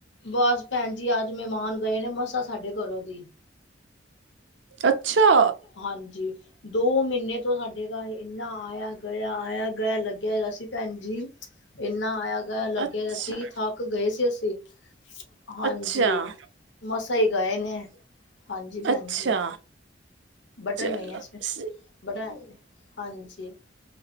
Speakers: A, on the left (about 80°); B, on the right (about 80°).
A: ਬਸ ਭੈਣ ਜੀ। ਅੱਜ ਮਹਿਮਾਨ ਗਏ ਨੇ ਮੱਸਾਂ ਸਾਡੇ ਘਰੋਂ ਦੀ।
B: ਅੱਛਾ।
A: ਹਾਂਜੀ। ਦੋ ਮਹੀਨੇ ਤੋਂ ਸਾਡੇ ਘਰ ਇੰਨਾ ਆਇਆ- ਗਿਆ, ਆਇਆ- ਗਿਆ ਲੱਗਿਆ ਸੀ ਭੈਣ ਜੀ। ਇੰਨਾ ਆਇਆ ਲੱਗਿਆ
B: ਅੱਛਾ
A: ਸੀ। ਥੱਕ ਗਏ ਸੀ ਅਸੀਂ। ਹਾਂਜੀ।
B: ਅੱਛਾ
A: ਮਸਾ ਹੀ ਗਏ ਨੇ। ਹਾਂਜੀ ਭੈਣ
B: ਅੱਛਾ
A: ਜੀ। ਬਟਨ
B: ਚਲੋ
A: ਨਹੀਂ ਹੈ ਇਸ ਮੇ,
B: ਸਹੀ
A: ਬਟਨ ਹੈ। ਹਾਂਜੀ।